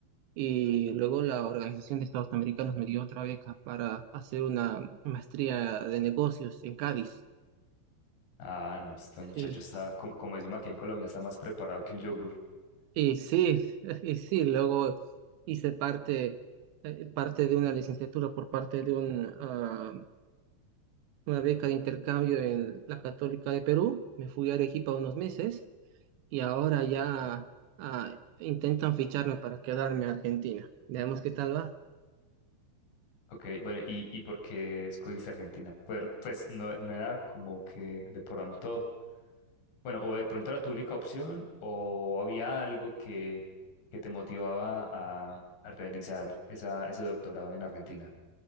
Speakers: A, on the right; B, on the left.
A: Y luego la Organización de Estados Americanos me dio otra beca para hacer una maestría de negocios en Cádiz.
B: Ah, no, este muchacho
A: Sí,
B: está, como, como decimos aquí en Colombia, está más preparado que un yogur.
A: y sí, <laughs> y sí, luego hice parte, eh, parte de una licenciatura por parte de un, ah, una beca de intercambio en la Católica de Perú. Me fui a Arequipa unos meses y ahora ya ah, intentan ficharme para quedarme a Argentina. Veamos qué tal va.
B: Ok, bueno, ¿y, y por qué escogiste Argentina? Puer- Pues, no, no era como que de pronto, bueno, o de pronto era tu única opción, o había algo que, que te motivaba a, a realizar esa, ese doctorado en Argentina.